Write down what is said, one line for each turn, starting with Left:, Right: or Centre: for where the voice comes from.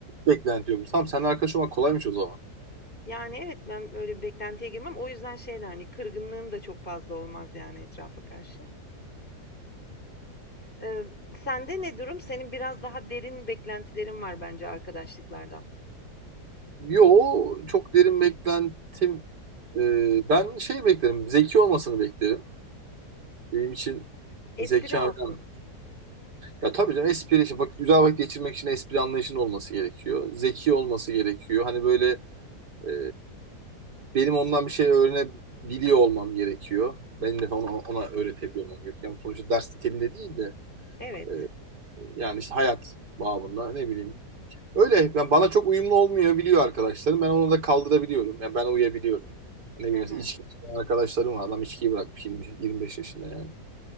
Right: beklenti yokmuş. Tamam seninle arkadaş olmak kolaymış o zaman.
Left: Yani, evet, ben böyle bir beklentiye girmem. O yüzden şey de, hani, kırgınlığım da çok fazla olmaz, yani, etrafa karşı. Eee, sende ne durum? Senin biraz daha derin beklentilerin var bence arkadaşlıklardan.
Right: Yo çok derin beklentim. e, ben şey beklerim. Zeki olmasını beklerim. Benim için
Left: Espri
Right: zeka
Left: alsın.
Right: önemli. Ya tabii canım espri için. Bak, güzel vakit geçirmek için espri anlayışının olması gerekiyor. Zeki olması gerekiyor. Hani böyle e, benim ondan bir şey öğrenebiliyor olmam gerekiyor. Benim de ona, ona öğretebiliyor olmam gerekiyor. Yani sonuçta ders niteliğinde değil de
Left: Evet.
Right: e, yani işte hayat babında ne bileyim Öyle yani bana çok uyumlu olmuyor biliyor arkadaşlarım. Ben onu da kaldırabiliyorum. Yani ben uyuyabiliyorum. Ne bileyim
Left: Hı hı.
Right: mesela içki içen arkadaşlarım var. Adam içkiyi bırakmış 20, 25 yaşında yani.